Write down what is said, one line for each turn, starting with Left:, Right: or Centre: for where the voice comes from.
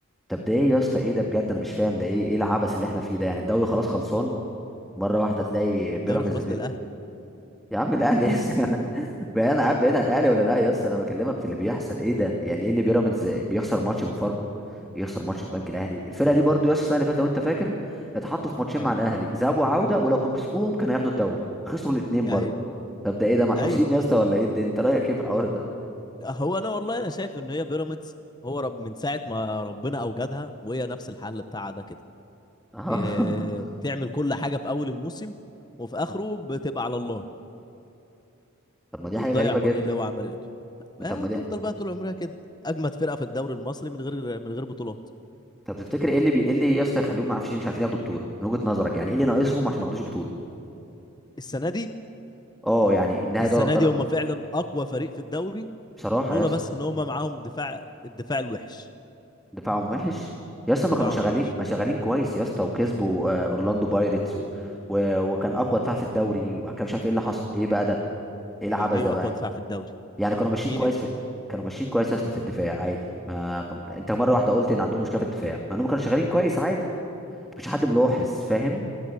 Centre: طب ده ايه يا اسطى ايه ده بجد انا مش فاهم ده ايه ايه العبث اللي احنا فيه ده يعني الدوري خلاص خلصان مره واحده تلاقي بيراميدز
Left: الدوري خلاص للاهلي
Centre: يا عم الاهلي <laughs> بقى انا عارف بعيد عن الاهلي ولا لا يا اسطى انا بكلمك في اللي بيحصل ايه ده يعني ايه اللي بيراميدز بيخسر ماتش من فاركو يخسر ماتش من بنك الاهلي الفرقه دي برضو يا اسطى السنه اللي فاتت لو انت فاكر اتحطوا في ماتشين
Left: اه
Centre: مع الاهلي ذهاب وعوده ولو كان كسبوهم كانوا هياخدوا الدوري خسروا الاثنين
Left: ايوه
Centre: برضو طب ده ايه ده منحوسين
Left: ايوه
Centre: يا اسطى ولا ايه ده انت رايك ايه في الحوار ده
Left: هو انا والله انا شايف ان هي بيراميدز هو رب من ساعه ما ربنا اوجدها وهي نفس الحل بتاعها ده كده
Centre: اه
Left: إيه
Centre: <laughs>
Left: بتعمل كل حاجه في اول الموسم وفي اخره بتبقى على الله
Centre: طب ما
Left: وبتضيع
Centre: دي حاجه غريبه
Left: كل
Centre: جدا
Left: اللي هو عملته ما
Centre: طب ما دي
Left: تفضل بقى طول عمرها كده اجمد فرقه في الدوري المصري من غير من غير بطولات
Centre: طب تفتكر ايه اللي بي... ايه اللي يا اسطى يخليهم ما عارفين مش عارفين ياخدوا بطوله من وجهه نظرك يعني ايه اللي ناقصهم عشان ما ياخدوش بطوله
Left: السنه دي
Centre: اه يعني النهائي
Left: السنه
Centre: دوري ابطال
Left: دي هم فعلا اقوى فريق في الدوري
Centre: بصراحه
Left: لولا
Centre: يا اسطى
Left: بس ان هم معاهم دفاع الدفاع الوحش
Centre: دفاعهم وحش يا اسطى ما
Left: دفاعهم
Centre: كانوا شغالين
Left: وحش
Centre: ما شغالين كويس يا اسطى وكسبوا آه، اورلاندو بايرتس و... و... وكان اقوى دفاع في الدوري وكان مش عارف ايه اللي حصل ايه بقى ده ايه العبث
Left: يعني ايه
Centre: ده
Left: اقوى
Centre: بقى
Left: دفاع في الدوري
Centre: يعني كانوا ماشيين
Left: مين
Centre: كويس في كانوا ماشيين كويس يا اسطى في الدفاع عادي ما كان... انت مره واحده قلت ان عندهم مشكله في الدفاع مع انهم كانوا شغالين كويس عادي ما كانش حد ملاحظ فاهم